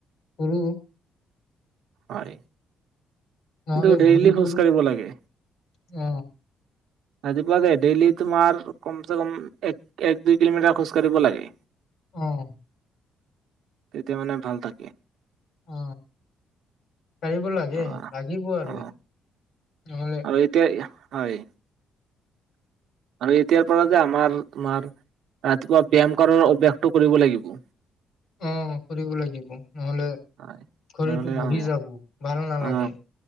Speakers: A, on the left (about 75°); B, on the right (about 80°).
A: কৰু
B: হয়
A: নহ'লে
B: কিন্তু দেইলী
A: ভৰি তৰি
B: খোজ কাঢ়িব লাগে
A: অ
B: ৰাতিপুৱা যে ডেইলি তোমাৰ কম চ কম এক এক দুই কিলোমিটাৰ খোজ কাঢ়িব লাগে
A: আহ
B: তেতিয়া মানে ভাল থাকে
A: অ কাঢ়িব লাগে
B: অ
A: লাগিব আৰু
B: অ
A: নহ'লে
B: আৰু এতিয়া হয় আৰু এতিয়াৰ পৰা যে আমাৰ তোমাৰ ৰাতিপুৱা ব্যায়াম কাৰৰ অভ্যাসটো কৰিব লাগিব
A: অ কৰিব লাগিব নহলে
B: হয়
A: শৰীৰটো
B: নহ'লে
A: বহি
B: অ
A: যাব, ভাল নালাগে,
B: অ